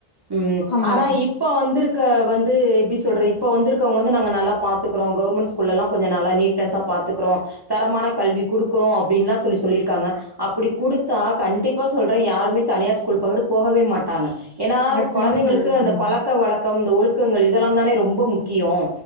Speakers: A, on the right; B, on the left.
A: உம்
B: ஆமா
A: ஆனா
B: ஆமா
A: இப்ப வந்துருக்கு வந்து எப்படி சொல்ற இப்போ வந்துருக்கறகவந்து நாங்க நல்லா பாத்துக்குறோம் கவர்மெண்ட் ஸ்கூல்லெல்லாம் கொஞ்சம் நல்லா நீட்னஸ்ஸா பாத்துக்குறோம் தரமான கல்வி குடுக்கிறோ அப்படின்னுலாம் சொல்லி சொல்லியிருக்காங்க அப்படி குடுத்தா கண்டிப்பா சொல்றேன் யாருமே தனியார் ஸ்கூல் பகட்டு போகவே மாட்டாங்க ஏன்னா
B: கரெக்ட்
A: குழந்தைங்களுக்கு
B: தா சொல்றீங்க
A: அந்த
B: ஆமா
A: பழக்க வழ கம் இந்த ஒழுக்கங்கள் இதெல்லாம் தானே ரொம்ப முக்கியம்